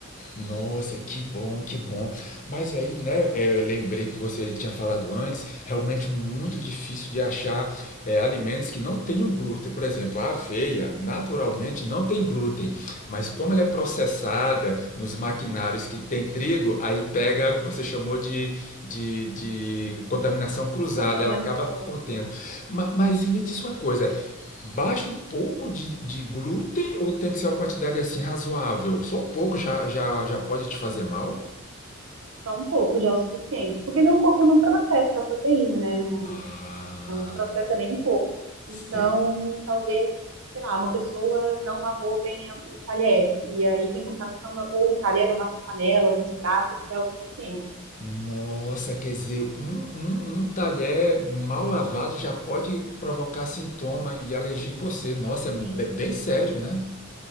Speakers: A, on the left; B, on the right.
A: Nossa, que bom, que bom. Mas aí, né, é, eu lembrei que você tinha falado antes, realmente muito difícil de achar é, alimentos que não tenham glúten. Por exemplo, a aveia naturalmente não tem glúten, mas como ela é processada nos maquinários que tem trigo, aí pega o que você chamou de, de, de contaminação
B: <laughs>
A: cruzada,
B: contaminação.
A: ela acaba contendo. Ma- mas me diz uma coisa. Basta um pouco de, de glúten ou tem que ser uma quantidade assim razoável? Só um pouco já, já, já pode te fazer mal?
B: Só um pouco já é o suficiente, porque meu corpo não processa a proteína, né? Não,
A: Ah,
B: processa nem um pouco.
A: sei.
B: Então, talvez, sei lá, uma pessoa não lavou bem o talher, e aí tem contaminação no- ou no talher, ou nas panelas, nos pratos, já é o suficiente.
A: Nossa, quer dizer, um, um, um talher mal lavado já pode provocar sintoma e alergia em você. Nossa, é be-
B: Sim,
A: bem sério, né?